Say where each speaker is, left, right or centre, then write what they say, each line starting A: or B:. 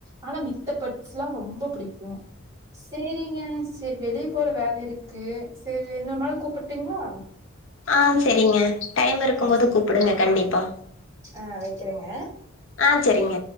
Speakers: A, on the right; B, on the left.
A: ஆனா மித்த பட்ஸ்ல்லா ரொம்ப புடிக்கு சேரிங்க சேரி வெளிய போற வேல இருக்கு சேரி இன்னொர் நாள் கூப்பட்டுங்களா
B: ஆ செரிங்க டைம் இருக்கும்
A: ஆ
B: போது
A: சரி
B: கூப்புடுங்க கண்டிப்பா
A: ஆ வெக்கிறேங்க
B: ஆ சரிங்க